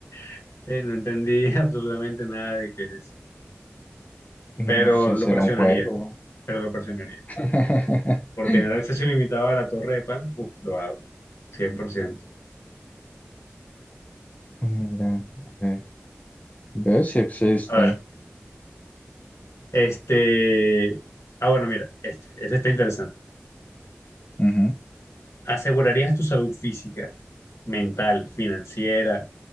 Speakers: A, on the left; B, on the left.
A: <laughs> eh, no entendí <laughs> absolutamente nada de qué es,
B: No
A: pero
B: sé,
A: lo
B: será
A: presionaría,
B: un juego.
A: pero lo presionaría.
B: <laughs>
A: Por tener acceso ilimitado a la torre de Pan, uf, lo hago, cien por ciento
B: Mira, a ver, ¿ves si existe?
A: A ver, este... Ah, bueno, mira, este, este está interesante.
B: Ujú,
A: ¿Asegurarías tu salud física, mental, financiera,